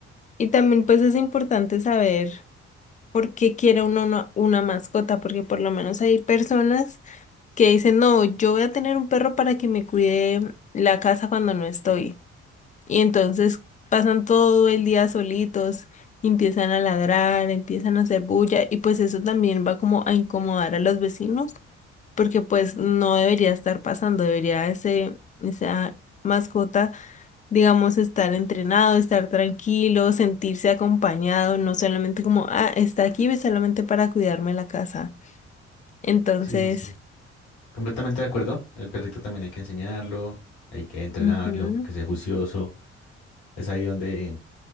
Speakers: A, on the left; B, on the left.
A: Y también pues es importante saber por qué quiere uno una, una mascota, porque por lo menos hay personas que dicen, no, yo voy a tener un perro para que me cuide la casa cuando no estoy. Y entonces pasan todo el día solitos, y empiezan a ladrar, empiezan a hacer bulla y pues eso también va como a incomodar a los vecinos, porque pues no debería estar pasando, debería ese, esa mascota, digamos, estar entrenado, estar tranquilo, sentirse acompañado, no solamente como, ah, está aquí solamente para cuidarme la casa. Entonces,
B: Sí, sí, sí. Completamente de acuerdo. El perrito también hay que enseñarlo, hay que entrenarlo,
A: ujú,
B: que sea juicioso. Es ahí donde